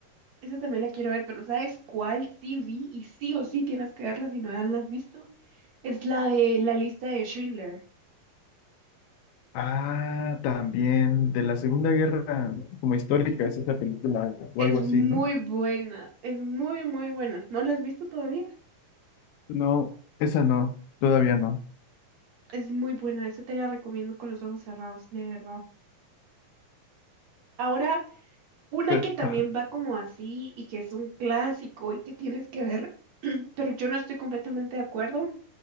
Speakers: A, on the right; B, on the left.
A: Esa también la quiero ver, pero ¿sabes cuál sí vi? Y sí o sí tienes que verla si no la has visto. Es la de la lista de Schindler.
B: Ah, también de la Segunda Guerra, ¿no? como histórica,
A: Ujú.
B: es esa película o
A: Es
B: algo así,
A: muy
B: ¿no?
A: buena, es muy, muy buena. ¿No la has visto todavía?
B: No, esa no, todavía no.
A: Es muy buena, esa te la recomiendo con los ojos cerrados, de verdad. Ahora, una
B: Pero,
A: que también
B: ajá,
A: va como así y que es un clásico y que tienes que ver, <clears throat> pero yo no estoy completamente de acuerdo,